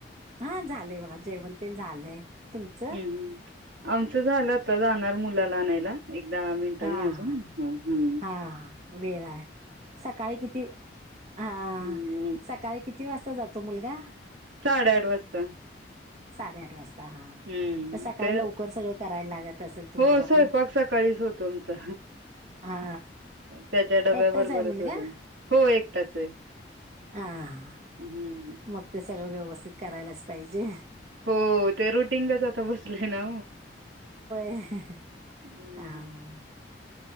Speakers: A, on the right; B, on the right.
A: हा झालेय बघा जेव ते झालंय. तुमचं
B: हम्म हम्. आमचं झालं आता जाणार मुलाला आणायला. एक दहा मिनिटंनी
A: हा
B: अजून
A: हा
B: हम.
A: हा हा वेळ आहे सकाळी किती हा
B: हम्म
A: सकाळी किती किती वाजता जातो मुलगा?
B: साडेआठ वाजता.
A: साडे आठ वाजता. हा
B: हम्म
A: म सकाळी
B: ते
A: लवकर सगळं करायला लागत असेल तुम्हाला
B: हो स्वयपाक
A: पण
B: सकाळीच होतो आमचा.
A: हा
B: त्याच्या डब्या
A: एकटाच
B: बरोबरच
A: आहे मुलगा
B: होत. हो एकटाच आहे.
A: हा
B: हम्म.
A: मग ते सगळं व्यवस्थित करायलाच पाहिजे.
B: हो ते रुटिंगंगच आता बसलेय ना.
A: <unintelligible>
B: हम्म.